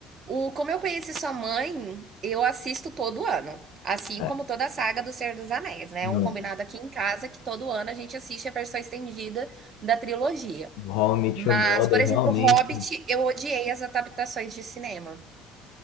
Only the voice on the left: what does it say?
É.
Não.
How I Met
Your Mother,
realmente.